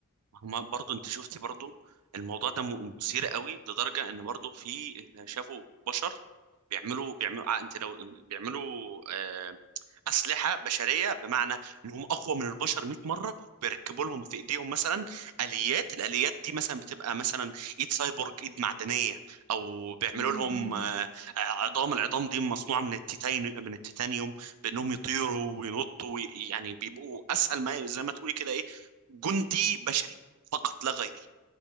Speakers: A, on the right (about 85°); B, on the left (about 25°).
A: هما برضو انت شفتي برضو الموضوع ده م- مثير قوي لدرجة ان برضو في شافوا بشر بيعملوا بيعملوا آه، انت لو بيعملوا آه، اسلحه بشريه بمعنى انهم اقوى من البشر 100 مره بيركبوا لهم في ايديهم مثلا اليات الاليات دي مثلا بتبقى مثلا ايد سايبورج ايد معدنيه او بيعملوا
B: إمم،
A: لهم
B: إمم.
A: آه، آه، عظام العظام دي مصنوعه من التيتان من التيتانيوم بانهم يطيروا
B: آه.
A: وينطوا وي- يعني بيبقوا اسهل ما زي ما تقولي كده ايه جندي بشري فقط لا غير